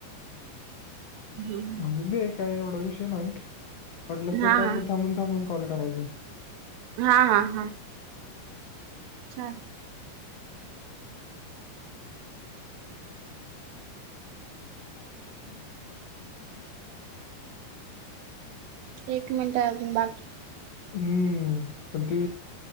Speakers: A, on the right; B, on the left.
A: हम्.
B: अजून दे काही, एवढा विषय नाही, वाटलसं तर
A: हा
B: काय
A: हा
B: म थांबून थांबून कॉल करायच.
A: हा हा हा. छान.
B: हम् हम <unintelligible>
A: एक मिनट अजून बाकी
B: हम्म पण ते